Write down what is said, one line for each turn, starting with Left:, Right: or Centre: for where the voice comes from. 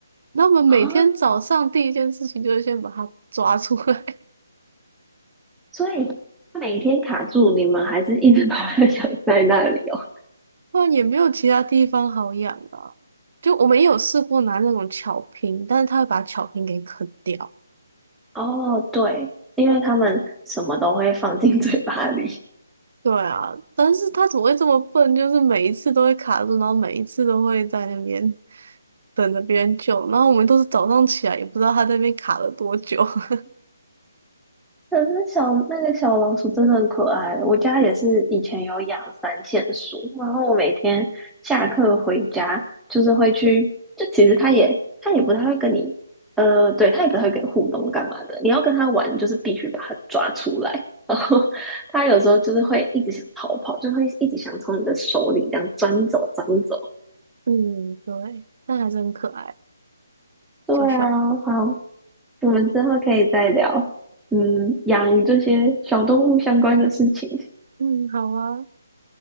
Right: 那我们每天早上第一件事情就是先把它抓出来。
Centre: 啊，所以每天卡住，你们还是一直 <laughs> 把它养在那里哦。
Right: 不然也没有其他地方好养啊。就我们也有试过拿那种巧拼，但是它会把巧拼给啃掉。
Centre: 哦，对，因为他们什么都会放进嘴巴里，
Right: 对啊，但是它怎么会这么笨？就是每一次都会卡住，然后每一次都会在那边等着别人救，然后我们都是早上起来也不知道它在那边卡了多久。<laughs>
Centre: 可是小那个小老鼠真的很可爱，我家也是以前有养三线鼠，然后我每天下课回家就是会去，就其实它也它也不太会跟你，呃，对，它也不太会跟你互动干嘛的，你要跟它玩就是必须把它抓出来，然后 <laughs> 它有时候就是会一直想逃跑，就会一直想从你的手里这样钻走钻走。
Right: 嗯，对，但还是很可爱，
Centre: 对啊，
Right: 小小。
Centre: 好，我们之后可以再聊，嗯，养这些小动物相关的事情。
Right: 嗯，好啊，